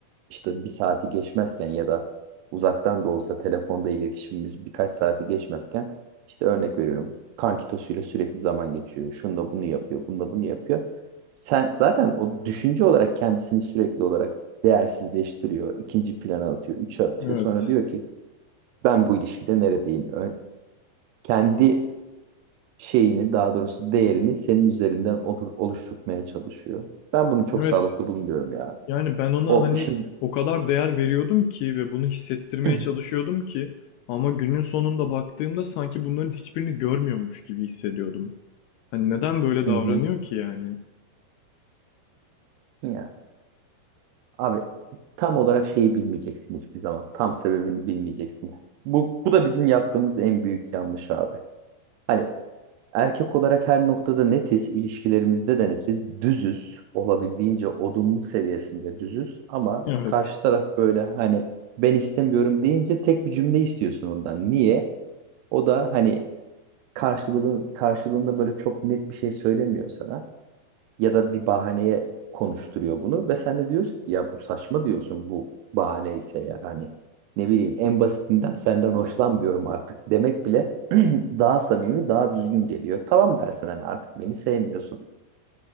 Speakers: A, on the right (about 80°); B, on the left (about 80°).
A: işte bir saati geçmezken ya da uzaktan da olsa telefonda iletişimimiz birkaç saati geçmezken işte örnek veriyorum. Kankitosuyla sürekli zaman geçiriyor. Şununla bunu yapıyor. Bununla bunu yapıyor. Sen zaten o düşünce olarak kendisini sürekli olarak değersizleştiriyor. ikinci plana atıyor. Üçe atıyor.
B: Evet.
A: Sonra diyor ki ben bu ilişkide neredeyim? Ö- Kendi şeyini daha doğrusu değerini senin üzerinden otur- oluşturmaya çalışıyor. Ben bunu çok
B: Evet.
A: sağlıklı bulmuyorum ya.
B: Yani ben ona
A: O
B: hani
A: işin
B: o kadar değer veriyordum ki ve bunu hissettirmeye
A: <clears throat>
B: çalışıyordum ki ama günün sonunda baktığımda sanki bunların hiçbirini görmüyormuş gibi hissediyordum. Hani neden böyle
A: Hı
B: davranıyor
A: hı.
B: ki yani?
A: Ya abi tam olarak şeyi bilmeyeceksin hiçbir zaman. Tam sebebini bilmeyeceksin. Bu bu da bizim yaptığımız en büyük yanlış abi. Hani erkek olarak her noktada netiz, ilişkilerimizde de netiz, düzüz, olabildiğince odunluk seviyesinde düzüz ama
B: Evet.
A: karşı taraf böyle hani ben istemiyorum deyince tek bir cümle istiyorsun ondan. Niye? O da hani karşılığın, karşılığında böyle çok net bir şey söylemiyor sana ya da bir bahaneye konuşturuyor bunu ve sen de diyorsun ki ya bu saçma diyorsun bu bahane ise yani hani ne bileyim en basitinden senden hoşlanmıyorum artık demek bile <clears throat> daha samimi daha düzgün geliyor. Tamam dersin hani artık beni sevmiyorsun